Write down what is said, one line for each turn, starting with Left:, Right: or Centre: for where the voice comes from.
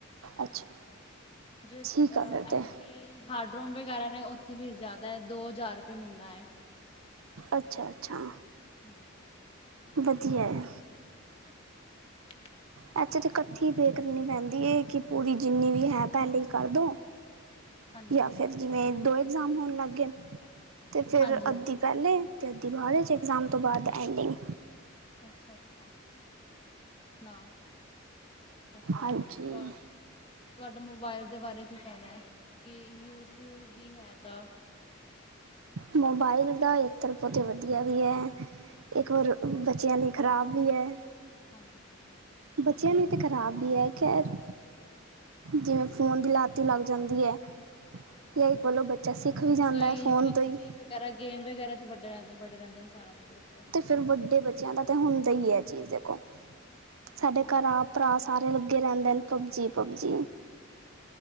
Right: ਅੱਛਾ।
Left: ਜੇ ਅ
Right: ਠੀਕ ਆ ਫਿਰ ਤੇ
Left: ਐਥੇ ਹਾਰਡਰੋਮ ਵਗੈਰਾ ਨੇ ਉੱਥੇ ਫੀਸ ਜਾਦਾ ਐ, ਦੋ ਹਜ਼ਾਰ ਰੁਪੇ ਮੀਂਨਾ ਐ।
Right: ਅੱਛਾ-ਅਛਾ।
Left: ਹੂੰ।
Right: ਵਧੀਆ ਏ।
Left: <inaudible>
Right: ਐਥੇ ਤੇ ਕੱਠੀ ਪੇ ਕਰਨੀ ਪੈਂਦੀ ਏ ਕਿ ਪੂਰੀ ਜਿੰਨੀ ਵੀ ਹੈ ਪੈਲੇ ਈ ਕਰ ਦੋ
Left: ਹਾਂਜੀ
Right: ਯਾਂ ਫੇਰ ਜਿਵੇਂ ਦੋਂ ਇਗਜ਼ਾਮ ਹੋਨ ਲੱਗ ਗੇਨ। ਤੇ ਫੇਰ
Left: ਹਾਂਜੀ
Right: ਅੱਧੀ
Left: ਹਾਂਜੀ
Right: ਪੈਲੇ ਤੇ ਅੱਧੀ ਬਾਅਦ ਏਚ ਇਗਜ਼ਾਮ ਤੋਂ ਬਾਅਦ ਐਂਡਿੰਗ।
Left: ਅੱਛਾ-ਅੱਛਾ, <unintelligible> ਨਾ। ਅੱਛਾ,
Right: ਹਾਂਜੀ
Left: ਹੋਰ ਤੁਆਡਾ ਮੋਬਾਇਲ ਦੇ ਬਾਰੇ ਕੀ ਕੈਂਨਾ ਏ ਕਿ ਯੂਜ ਵੀ ਹੈ ਐਦਾ?
Right: ਮੋਬਾਈਲ ਦਾ ਏ ਏਕ ਤਰਫੋਂ ਤੇ ਵਧੀਆ ਵੀ ਐ, ਏਕ ਵਾਰ ਬੱਚਿਆਂ ਲਈ ਖ਼ਰਾਬ ਵੀ ਐ।
Left: ਹਾਂਜੀ-ਹਾਂਜੀ।
Right: ਬੱਚਿਆਂ ਲਈ ਤੇ ਖਰਾਬ ਵੀ ਐ ਖੈਰ
Left: ਹਮ
Right: ਜਿਵੇਂ ਫੋਨ ਦੀ ਲਤ ਈ ਲੱਗ ਜਾਂਦੀ ਐ
Left: ਉਹ
Right: ਯਾਂ
Left: ਤਾਂ
Right: ਇੱਕ ਵੱਲੋਂ
Left: ਹੈ
Right: ਬੱਚਾ ਸਿੱਖ ਵੀ ਜਾਂਦਾ
Left: ਕਈ
Right: ਐ ਫ਼ੋਨ
Left: ਪਬਜੀ
Right: ਤੋਂ ਈ।
Left: ਵਗੈਰਾ ਗੇਮ ਵਗੈਰਾ ਚ ਵਡੇ ਰੈਂਦੇ ਵੜੇ ਰੈਂਦੇ ਨੇ ਸਾਰਾ ਦਿਨ ਬੱਚੇ।
Right: ਚਲ ਵੱਡੇ ਬੱਚਿਆਂ ਦਾ ਤਾਂ ਹੁੰਦਾ ਈ ਐ ਚੀਜ਼ ਦੇਖੋ, ਸਾਡੇ
Left: ਹਮ
Right: ਘਰ ਆਪ ਭਰਾ ਸਾਰੇ ਲੱਗੇ ਰੈਂਦੇਨ ਪਬਜੀ- ਪਬਜੀ।